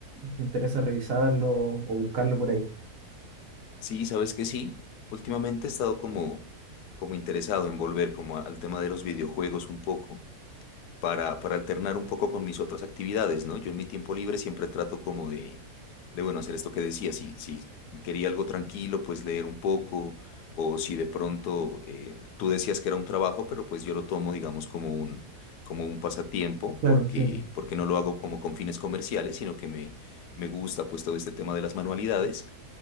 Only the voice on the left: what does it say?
Sí, sabes que sí. Últimamente he estado como, como interesado en volver como a- al tema de los videojuegos un poco, para, para alternar un poco con mis otras actividades, ¿no? Yo en mi tiempo libre siempre trato como de, de bueno, hacer esto que decía, si, si quería algo tranquilo, pues leer un poco, o si de pronto eh, tú decías que era un trabajo, pero pues yo lo tomo, digamos, como un, como un pasatiempo,
porque,
porque no lo hago como con fines comerciales, sino que me, me gusta pues todo este tema de las manualidades.